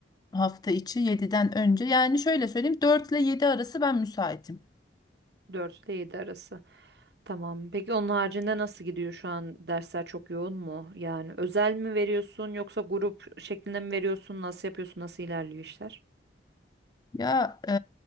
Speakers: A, on the left (about 20°); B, on the right (about 65°).
A: hafta içi yediden önce yani şöyle söyleyeyim 4 ile 7 arası ben müsaitim.
B: 4 ile 7 arası. Tamam. Peki onun haricinde nasıl gidiyor şu an? Dersler çok yoğun mu? Yani özel mi veriyorsun yoksa grup şeklinde mi veriyorsun? Nasıl yapıyorsun? Nasıl ilerliyor işler?
A: Ya e,